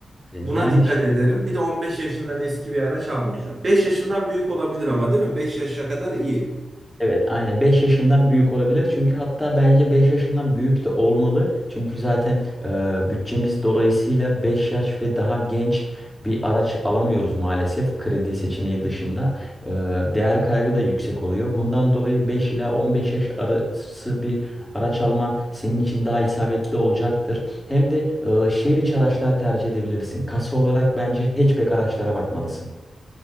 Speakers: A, in the centre; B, on the right (about 45°).
A: E,
B: Buna
A: Yani
B: dikkat
A: şu-
B: ederim. Bir de 15 yaşından eski bir araç almayacağım. 5 yaşından büyük olabilir ama değil mi? 5 yaşa kadar iyi.
A: Evet, aynen 5 yaşından büyük olabilir. Çünkü hatta bence 5 yaşından büyük de olmalı. Çünkü zaten e, bütçemiz dolayısıyla 5 yaş ve daha genç bir araç alamıyoruz maalesef kredi seçeneği dışında. E, değer kaybı da yüksek oluyor. Bundan dolayı 5 ila 15 yaş arası bir araç alman senin için daha isabetli olacaktır. Hem de e, şehir içi araçlar tercih edebilirsin. Kasa olarak bence hatchback araçlara bakmalısın.